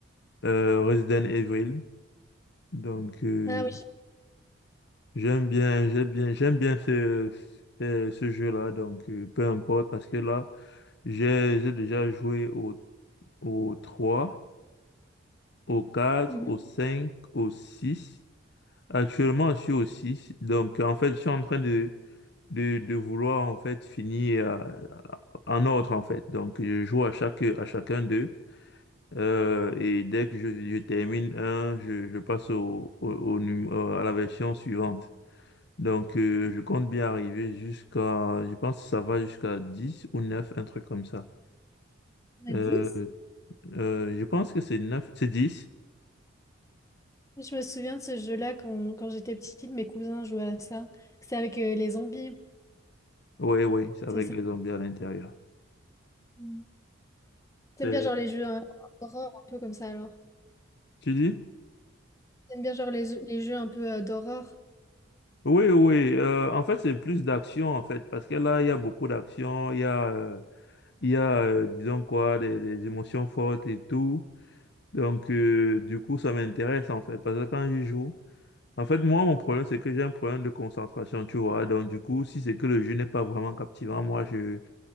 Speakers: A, on the left (about 55°); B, on the left (about 15°).
A: euh, Resident Evil. Donc euh,
B: Ah oui.
A: j'aime bien, j'aime bien, j'aime bien ce, ce, ce jeu-là. Donc euh, peu importe parce que là, j'ai j'ai déjà joué au au trois au quatre
B: Mhm.
A: au cinq au six Actuellement, je suis au six Donc, en fait, je suis en train de, de, de vouloir en fait finir euh, en ordre en fait. Donc je joue à chaque à chacun d'eux Euh, et dès que je, je termine un, je, je passe au, au, au num- euh, à la version suivante. Donc euh, je compte bien arriver jusqu'à, je pense que ça va jusqu'à 10 ou neuf un truc comme ça.
B: On
A: Euh,
B: a 10?
A: euh, je pense que c'est neuf c'est dix
B: Je me souviens de ce jeu-là quand, quand j'étais petite, mes cousins jouaient à ça. C'était avec euh, les zombies.
A: Oui, oui, c'est
B: C'est
A: avec
B: ça.
A: les zombies à l'intérieur.
B: Mm. T'aimes
A: C'est-
B: bien genre les jeux euh, d'horreur un peu comme ça alors?
A: Tu dis?
B: T'aimes bien genre les, les jeux un peu euh, d'horreur?
A: Oui, oui. euh, en fait, c'est plus d'action, en fait, parce que là, il y a beaucoup d'action. Il y a, euh, Il y a, euh, disons quoi, des, des émotions fortes et tout. Donc, euh, du coup, ça m'intéresse en fait. Parce que quand je joue, en fait, moi, mon problème, c'est que j'ai un problème de concentration, tu vois. Donc, du coup, si c'est que le jeu n'est pas vraiment captivant, moi, je